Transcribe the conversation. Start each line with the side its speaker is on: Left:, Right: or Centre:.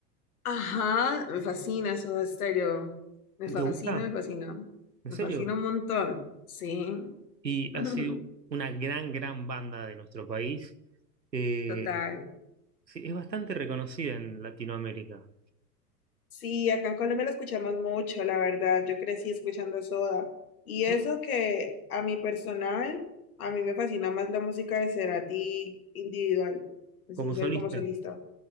Left: Ajá, me fascina Soda Stereo. Me fascina,
Right: ¿Te gusta?
Left: me fascina.
Right: ¿En
Left: Me
Right: serio?
Left: fascina un montón. Sí.
Right: Y
Left: <laughs>
Right: ha sido una gran, gran banda de nuestro país. Eh,
Left: Total.
Right: sí, es bastante reconocida en Latinoamérica,
Left: Sí, acá en Colombia lo escuchamos mucho, la verdad. Yo crecí escuchando Soda. Y
Right: ¿no?
Left: eso que a mi personal, a mí me fascina más la música de Cerati individual. Sí,
Right: Como
Left: soy
Right: solista.
Left: como solista.